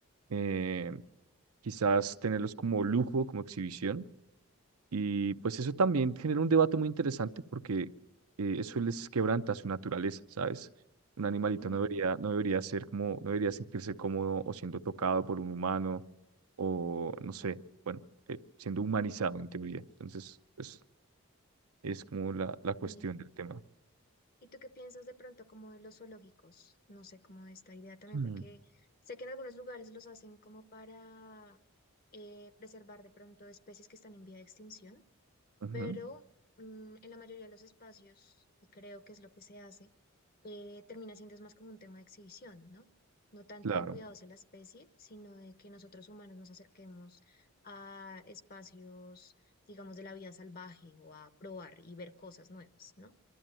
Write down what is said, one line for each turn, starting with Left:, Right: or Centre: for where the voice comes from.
Right: eh, quizás tenerlos como lujo, como exhibición. Y pues eso también genera un debate muy interesante porque eh, eso les quebranta su naturaleza, ¿sabes? Un animalito
Left: ujú,
Right: no debería, no debería ser como, no debería sentirse cómodo o siendo tocado por un humano o no sé, bueno, eh, siendo humanizado en teoría. Entonces, pues es como la, la cuestión
Left: sí.
Right: del tema.
Left: ¿Y tú qué piensas de pronto como de los zoológicos? No sé, como de esta idea también,
Right: Mm.
Left: porque sé que en algunos lugares los hacen como para eh, preservar de pronto especies que están en vía de extinción
Right: Ujú,
Left: pero mm, en la mayoría de los espacios, y creo que es lo que se hace, eh, termina siendo es más como un tema de exhibición, ¿no? No tanto
Right: Claro.
Left: de cuidado hacia la especie, sino de que nosotros humanos nos acerquemos a espacios, digamos, de la vida salvaje o a probar y ver cosas nuevas, ¿no?